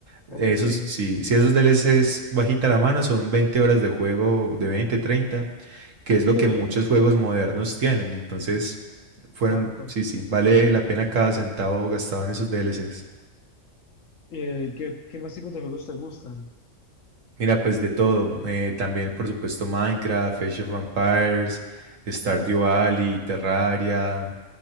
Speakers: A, on the right; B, on the left.
A: Esos,
B: oh sí.
A: sí, si esos DLCs bajita la mano, son 20 horas de juego, de 20 30 que es lo
B: Sí,
A: que muchos juegos modernos tienen. Entonces, fueron,
B: Exacto.
A: sí, sí, vale la pena cada centavo gastado en esos DLCs.
B: Eh, ¿qué, qué más tipos de juegos te gustan?
A: Mira, pues de todo, eh, también por supuesto Minecraft, Age of Empires, Stardew Valley, Terraria,